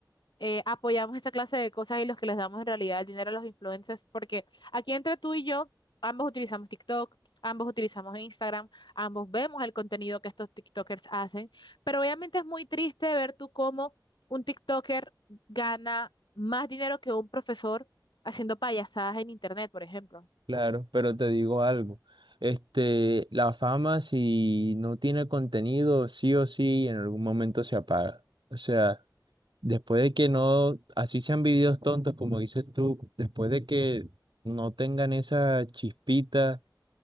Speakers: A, on the left (about 75°); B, on the right (about 75°).
A: eh, apoyamos esta clase de cosas y los que les damos en realidad el dinero a los influencers, porque aquí entre tú y yo, ambos utilizamos TikTok, ambos utilizamos Instagram, ambos vemos el contenido que estos TikTokers hacen, pero obviamente es muy triste ver tú cómo un TikToker gana más dinero que un profesor haciendo payasadas en internet, por ejemplo.
B: Claro, pero te digo algo. Este, la fama, si no tiene contenido, sí o sí, en algún momento se apaga. O sea, después de que no, así sean videos tontos, como dices tú, después de que no tengan esa chispita,